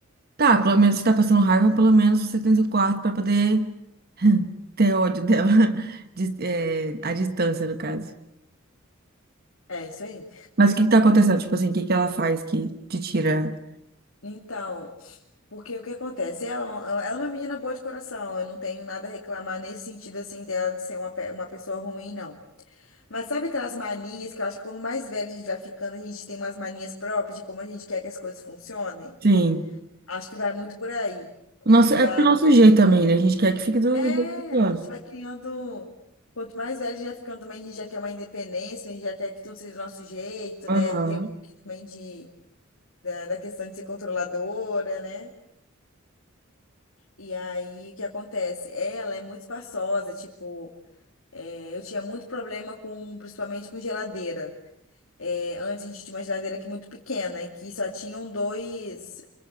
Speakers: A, on the right (about 50°); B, on the left (about 75°).
A: Tá, pelo menos você tá passando raiva, pelo menos você tem seu quarto pra poder <laughs> Ter ódio dela, <laughs> dis- é, à distância, no caso.
B: É isso aí.
A: Mas o que que tá acontecendo? Tipo assim, o que que ela faz que te tira?
B: Então, porque o que acontece? Ela, ela é uma menina boa de coração, eu não tenho nada a reclamar nesse sentido assim dela de ser uma, pe- uma pessoa ruim, não. Mas sabe aquelas manias que eu acho que quando mais velho a gente vai ficando, a gente tem umas manias próprias de como a gente quer que as coisas funcionem?
A: Sim.
B: Acho que vai muito por aí.
A: O Nosso,
B: E
A: é pro nosso jeito também, né? A gente quer que fique do
B: É,
A: jeito que gosta.
B: a gente vai criando. Quanto mais velho a gente vai ficando também, a gente já quer uma independência, a gente já quer que tudo seja do nosso jeito, né?
A: Aham.
B: Tem um pouquinho também de, da, da questão de ser controladora, né? E aí, o que acontece? Ela é muito espaçosa, tipo, é, eu tinha muito problema com, principalmente com geladeira. É, antes a gente tinha uma geladeira aqui muito pequena, e que só tinham dois,